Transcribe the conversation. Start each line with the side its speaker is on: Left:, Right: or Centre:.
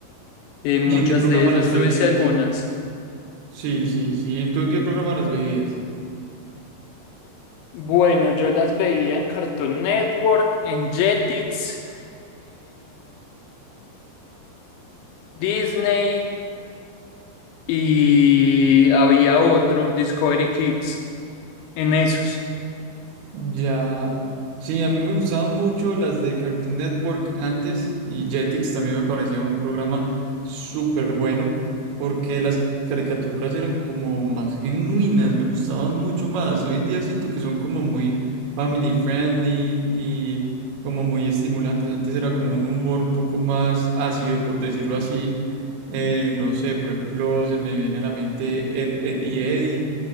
Left: eh, muchas
Right: ¿Y en qué programa
Left: de esas,
Right: las
Left: súbese
Right: veías?
Left: algunas.
Right: Sí, sí, sí. ¿Tú en qué programa las veías?
Left: Bueno, yo las veía en Cartoon Network, en Jetix, Disney y había otro, Discovery Kids, en esos.
Right: Ya. Sí, a mí me gustaban mucho las de Cartoon Network antes y Jetix también me parecía un programa súper bueno porque las caricaturas eran como más genuinas, me gustaban mucho más. Hoy en día siento que son como muy family friendly y como muy estimulantes. Antes era como un humor un poco más ácido, por decirlo así. Eh, no sé, por ejemplo, se me viene a la mente Ed, Ed y Eddie,